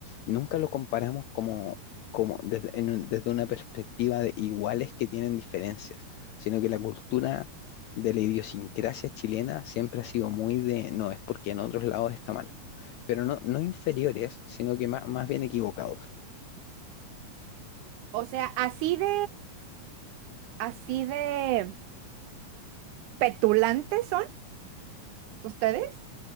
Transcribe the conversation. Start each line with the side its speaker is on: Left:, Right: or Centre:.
Left: Nunca lo comparamos como como desde, en un- desde una perspectiva de iguales que tienen diferencias, sino que la cultura de la idiosincrasia chilena siempre ha sido muy de, no, es porque en otros lados está mal, pero no, no inferiores, sino que más, más bien equivocados.
Right: O sea, así de, así de petulantes son ustedes.